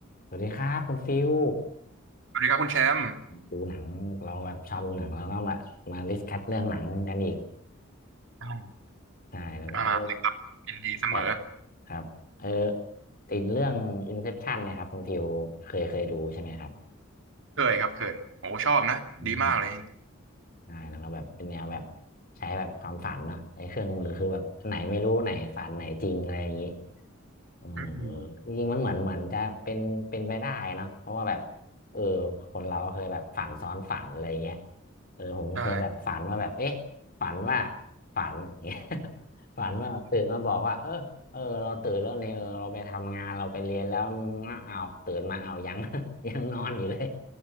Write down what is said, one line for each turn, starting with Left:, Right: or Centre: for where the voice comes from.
Left: สวัสดีครับคุณฟิว
Right: สวัสดีครับคุณแชมป์
Left: ดูหนังเราแบบชอบดูหนังแล้วก็แบบมาดิสคัสเรื่องหนังกันอีก
Right: อ่า
Left: <laughs> ใช่แล้วก็เออ
Right: มามาเลยครับยินดีเสมอ
Left: แบบครับเออติดเรื่อง Inception เนะครับคุณฟิวเคยเคยดูใช่ไหมครับ
Right: เคยครับเคยโอ้ชอบนะดีมากเลย
Left: อืมใช่แล้วก็แบบเป็นแนวแบบใช้แบบความฝันเนาะไอ้เครื่องมือคือแบบอันไหนไม่รู้ไหนฝันไหนจริงอะไรอย่างนี้ เออ
Right: อืม
Left: จริงๆมันเหมือนเหมือนจะเป็นเป็นไปได้เนอะเพราะว่าแบบเออคนเราก็เคยแบบฝันซ้อนฝันอะไรเงี้ยเออผมก็เคยแบบฝันว่าแบบเอ๊ะฝันว่า
Right: ใช่
Left: ฝัน <laughs> เงี้ย <laughs> ฝันว่าตื่นมาบอกว่าเออเออเราตื่นแล้วเนี่ยเออเราไปทำงานเราไปเรียนแล้วอ้าวอ้าวตื่นมาเอายัง <laughs> ยังนอนอยู่เลย